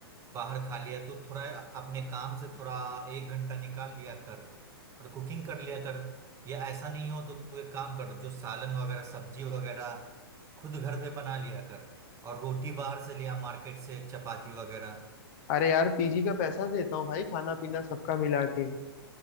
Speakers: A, on the right; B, on the left.
A: बाहर खा लिया तू थोड़ा अपने काम से थोड़ा एक घंटा निकाल लिया कर और कुकिंग कर लिया कर या ऐसा नहीं हो तो तू एक काम कर जो सालन वगैरह सब्जी वगैरह खुद घर पे बना लिया कर और रोटी बाहर से लिया मार्केट से चपाती वगैरह
B: अरे यार पीजी का पैसा देता हूँ भाई खाना पीना सबका मिला के